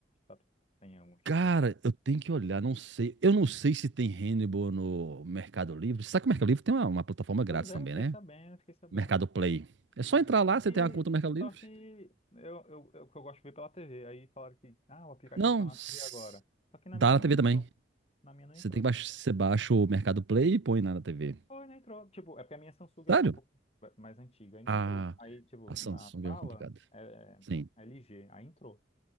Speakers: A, on the left; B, on the right.
A: sabe se tem algum stream?
B: Cara, eu tenho que olhar, não sei. Eu não sei se tem Hannibal no Mercado Livre. Sabe que o Mercado Livre tem uma, uma plataforma grátis
A: Pois é,
B: também,
A: fiquei
B: né?
A: sabendo, fiquei sabendo.
B: Mercado Play. É só
A: É,
B: entrar
A: Só
B: lá,
A: que,
B: você tem uma conta no Mercado Livre.
A: só que eu, eu, eu, que eu gosto de ver pela TV. Aí falaram que, ah, o aplicativo
B: Não,
A: tá na
B: s-
A: TV agora. Só que na
B: dá
A: minha
B: na
A: não
B: TV
A: entrou.
B: também.
A: Na minha não
B: Você
A: entrou.
B: tem que baixar, você baixa o Mercado Play e põe lá na TV.
A: Foi, não entrou. Tipo, é porque a minha Samsung eu
B: Sério?
A: achei um pouco mais antiga. Aí não
B: A,
A: entrou. Aí, tipo,
B: a
A: na
B: Samsung
A: tala
B: é complicada.
A: é,
B: Sim.
A: é LG. Aí entrou.